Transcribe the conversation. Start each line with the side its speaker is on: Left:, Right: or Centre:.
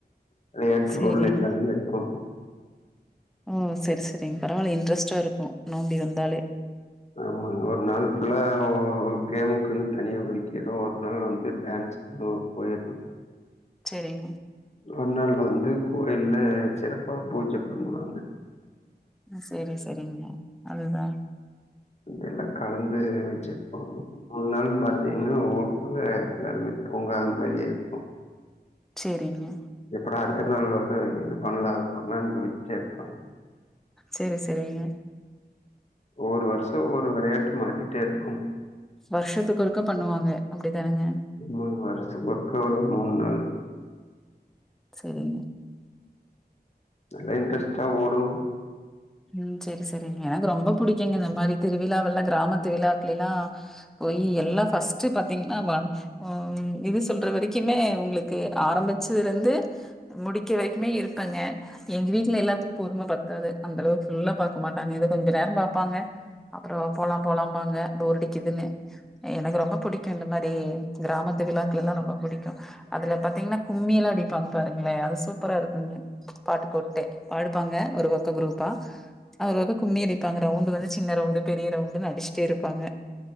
Left: விளையாட்டு
Centre: சரிங்க.
Left: பொருள் எல்லாமே வைப்போ
Centre: ஓ செரி செரிங்க பரவால்ல இன்ட்ரெஸ்ட்டா இருக்கு நோம்பி வந்தாலே
Left: ஆமாங்க ஒரு நாள் ஃபுல்லா கேமுக்குன் தனியா ஒதுக்கிருவோ ஒரு நாள் வந்து டான்ஸு ஓ <unintelligible>
Centre: செரிங்க
Left: அந்நாள்ள வந்து கோயில்ல சிறப்பா பூஜ பண்ணுவாங்க
Centre: செரி செரிங்க அதுதா
Left: எல்லா கலந்து வெச்சிருப்போ மூன் நாள் பாத்தீங்னா ஊருக்குள்ள எல்லாருமே தூங்காத மாறியே இருக்கூ
Centre: செரிங்க
Left: எப்படா அடுத்த நாள் வருது இது பண்லா அது பண்லான் யோஸ்சிட்டே இருப்பாங்க
Centre: செரி செரிங்க
Left: ஒரு வருஷொ ஒரு வெளையாட்டுன் மாத்திட்டே இருப்பாங்க
Centre: வருஷத்துக்கு ஒருக்க பண்ணுவாங்க அப்டிதானங்க
Left: ஆமா வருஷத்துக்கு ஒருக்க வரும் மூண் நாள்
Centre: செரிங்க
Left: நல்ல இன்ட்ரெஸ்டா ஓடு
Centre: ம் செரி செரிங்க எனக்கு ரொம்ப புடிக்குங்க இந்த மாரி திருவிழாவெல்லா கிராம திருவிழாக்குலல்லா பொய் எல்லா ஃபர்ஸ்ட் பாத்தீங்ன்னா ஒன் ம் இது சொல்ற வரைக்குமே உங்ளுக்கு ஆரம்பிச்சதுலருந்து முடிக்க வரைக்குமே இருப்பெங்க எங்க வீட்ல எல்லாத்துக்கு பொறும பத்தாது அந்த அளவுக்கு ஃபுல்லா பாக்க மாட்டாங்க ஏதோ கொஞ்சம் நேரொ பாப்பாங்க அப்புறம் போலாம் போலாம் பாங்க போரடிக்குதுன்னு எனக்கு ரொம்ப புடிக்கூ இந்த மாரி கிராமத்து விழாக்கலெல்லா ரொம்ப புடிக்கும் அதுல பாத்தீங்ன்னா கும்மியல்லா அடிப்பாங்க பாருங்களே அது சூப்பரா இருக்குங்க பாட்டு போட்டே பாடுவாங்க ஒரு பக்கொ குரூப் பா அவரவர் கும்மி அடிப்பாங்க ரவுண்டு் வந்து சின்ன ரவுண்டு பெரிய ரவுண்டுனுடிச்சுட்டே இருப்பாங்க